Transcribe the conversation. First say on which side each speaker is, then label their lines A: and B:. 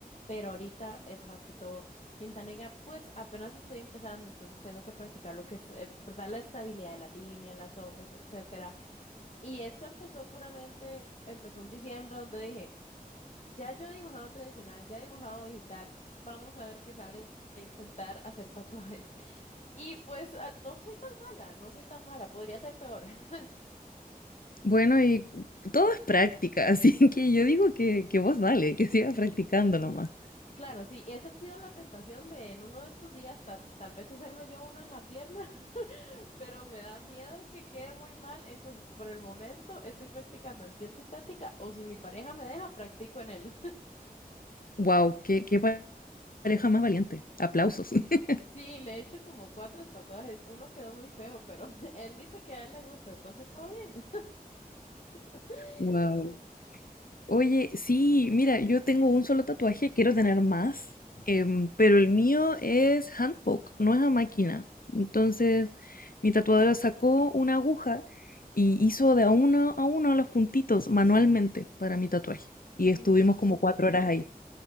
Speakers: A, on the left; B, on the left.
A: pero ahorita es más que todo tinta negra. Pues apenas estoy empezando, entonces tengo que practicar lo que es, eh, ¿verdad? La estabilidad de la línea, las sombras, etcétera y esto empezó puramente, empezó en diciembre donde dije, ya yo he dibujado tradicional, ya he dibujado digital, vamos a ver qué sale de intentar hacer tatuajes. <laughs> Y pues ah, no soy tan mala, no soy tan mala, podría ser peor. <laughs>
B: Bueno, y todo es práctica, <laughs> así que yo digo que, que vos dale, que sigas practicando nomás.
A: Claro, sí, he sentido la tentación de en uno de estos días ta- tal vez hacerme yo uno en la pierna, <laughs> pero me da miedo que quede muy mal, entonces por el momento estoy practicando en piel sintética o si mi pareja me deja, practico en él.
B: Wow, qué, qué pa- pareja más valiente. Aplausos. <laughs>
A: Sí, le he hecho como cuatro tatuajes. Uno quedó muy feo, pero <laughs> él dice que a él le gusta, entonces todo bien. <laughs>
B: Wow. Oye, sí, mira, yo tengo un solo tatuaje, quiero tener más, em, pero el mío es handpoke, no es a máquina. Entonces, mi tatuadora sacó una aguja y hizo de a uno a uno los puntitos manualmente para mi tatuaje. Y estuvimos
A: Increíble.
B: como cuatro horas ahí.